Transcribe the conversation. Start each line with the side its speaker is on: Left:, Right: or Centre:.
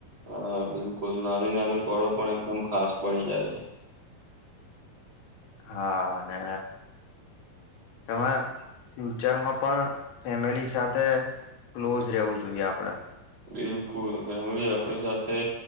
Right: હા બિલકુલ નાની નાની પળો પણ એકદમ ખાસ બની જાય છે.
Left: હા અને તમે ફ્યુચરમાં પણ ફેમિલી સાથે ક્લોઝ રહેવું જોઈએ આપડે.
Right: બિલકુલ ફેમિલી આપણી સાથે